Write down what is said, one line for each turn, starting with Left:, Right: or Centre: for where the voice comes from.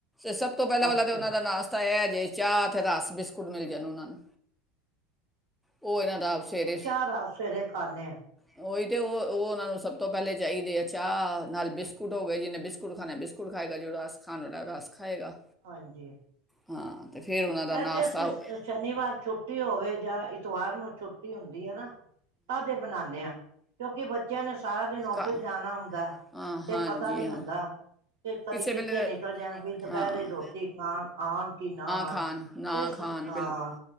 Centre: ਸਭ ਤੋਂ ਪਹਿਲਾਂ
Right: ਅੱਛਾ
Centre: ਵਾਲਾ ਤੇ, ਉਹਨਾਂ ਦਾ ਨਾਸਤਾ ਇਹ ਜੇ ਚਾਹ, ਅਤੇ ਦਸ ਬਿਸਕੁਟ ਮਿਲ ਜਾਣ, ਉਹਨਾਂ ਨੂੰ। ਉਹ ਇਹਨਾਂ ਦਾ ਸਵੇਰੇ
Right: ਰਸ ਸਵੇਰੇ ਖਾਂਨੇ ਆ।
Centre: ਉਹੀ ਤੇ ਉਹ ਉਹਨਾਂ ਨੂੰ ਸਭ ਤੋਂ ਪਹਿਲੇ ਚਾਹੀਦੇ ਆ ਚਾਹ ਨਾਲ ਬਿਸਕੁਟ ਹੋ ਗਏ ਜਿਹਨੇ ਬਿਸਕੁਟ ਖਾਣਾ ਬਿਸਕੁਟ ਖਾਏਗਾ, ਜੋ ਰਸ ਖਾਣ ਵਾਲਾ ਰਸ ਖਾਏਗਾ।
Right: ਹਾਂਜੀ।
Centre: ਹਾਂ। ਤੇ ਫਿਰ ਉਹਨਾਂ ਦਾ ਨਾਸ਼ਤਾ
Right: ਇਥੇ ਅਸੀਂ
Centre: ਉਹ-
Right: ਸ਼ਨੀਵਾਰ ਛੁੱਟੀ ਹੋਵੇ ਜਾਂ ਇਤਵਾਰ ਨੂੰ ਛੁੱਟ ਹੁੰਦੀ ਆ ਨਾ, ਤਦ ਇਹ ਬਣਾਨੇ ਆ। ਕਿਉਂਕਿ ਬੱਚਿਆਂ ਨੇ ਸਾਰਾ ਦਿਨ ਆਫਿਸ
Centre: ਘਾ-
Right: ਜਾਣਾ ਹੁੰਦਾ
Centre: ਹਾਂ
Right: ਤੇ,
Centre: ਹਾਂਜੀ
Right: ਪਤਾ ਨਹੀਂ
Centre: ਹਾਂ
Right: ਹੁੰਦਾ, ਕਿ ਕਦੀ
Centre: ਕਿਸੇ
Right: ਕਿੱਥੇ
Centre: ਵੇਲੇ
Right: ਨਿਕਲ ਜਾ ਵੀ ਦੁਪਹਿਰੇ
Centre: ਹਾਂ
Right: ਰੋਟੀ ਖਾਣ ਆਣ ਕਿ ਨਾ ਆਣ।
Centre: ਖਾਣ ਨਾ
Right: ਤੇ
Centre: ਖਾਣ
Right: ਹਾਂ
Centre: ਬਿਲਕੁਲ